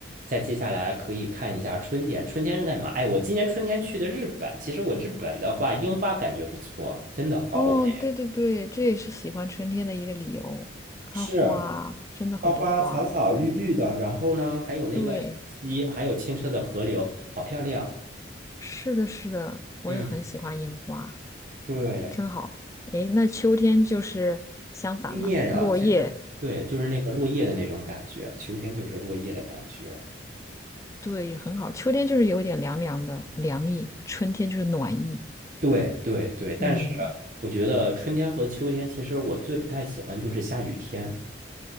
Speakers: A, on the right (about 45°); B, on the left (about 15°).
A: 再接下来可以看一下春天，春天是干嘛？哎，我今年春天去的日本，其实我日本的话，樱花感觉不错，真的好美。
B: 哦，对对对，这也是喜欢春天的一个理由。它花真的很多花，
A: 是，花花草草绿绿的，然后呢，还有那个小溪，
B: 对，
A: 还有清澈的河流，好漂亮。
B: 是的，是的，我也很喜欢樱花，
A: 嗯，对，
B: 真好。诶，那秋天就是相反了，
A: 枫叶呀，
B: 落叶，
A: 其实对，就是那个落叶的那种感觉，秋天就是落叶的感觉。
B: 对，也很好。秋天就是有点凉凉的，凉意；春天就是暖意。
A: 对对对，但是我觉得春天和秋天，
B: 嗯，
A: 其实我最不太喜欢就是下雨天，